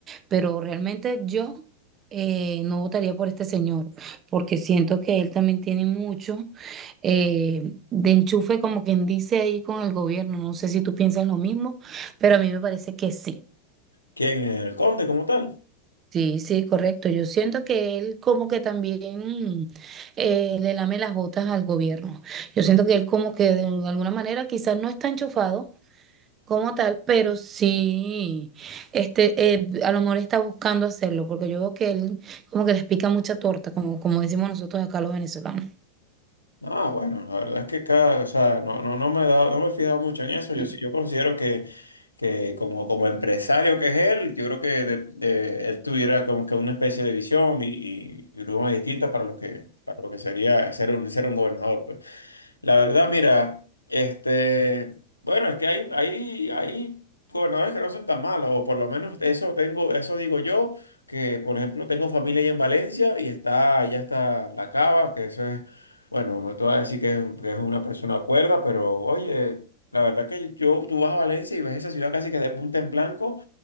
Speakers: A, on the right; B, on the left.
A: Pero realmente yo eh, no votaría por este señor, porque siento que él también tiene mucho eh, de enchufe, como quien dice ahí con el gobierno. No sé si tú piensas lo mismo, pero a mí me parece que sí.
B: ¿Quién? El conde como tal.
A: Sí, sí, correcto. Yo siento que él como que también eh, le lame las botas al gobierno. Yo siento que él como que de alguna manera quizás no está enchufado como tal, pero sí, este, eh, a lo mejor está buscando hacerlo, porque yo veo que él como que les pica mucha torta, como, como decimos nosotros acá los venezolanos.
B: Ah, bueno, la verdad es que cada, o sea, no, no, no me he dado, no me he fijado mucho en eso. Yo
A: Mm.
B: sí, yo considero que, que como, como empresario que es él, yo creo que de- de- él tuviera como que una especie de visión y, y, y una distinta para lo que, para lo que sería ser un, ser un gobernador, pues. La verdad, mira, este, bueno, es que hay, hay, hay gobernadores que no son tan malos, o por lo menos eso tengo, eso digo yo, que por ejemplo tengo familia ahí en Valencia y está, ya está La Cava, que eso es, bueno, no te voy a decir que es, que es una persona cuerda, pero oye, la verdad que yo, tú vas a Valencia y ves esa ciudad casi que de punta en blanco